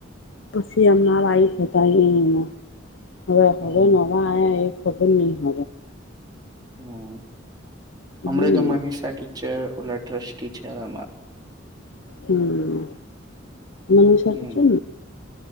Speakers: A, on the left; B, on the right.
A: પછી અમણા વાઇફ હોતા એ એ. હવે
B: હમ
A: હવે નવા આ એક. ખબર નહી હ.
B: હમ. અમરે
A: હમ
B: તો મનીષ સા. ચેર ઓલા ટ્રસ્ટી ચેરમાન.
A: હમ્. મનીશટ
B: હમ
A: છે.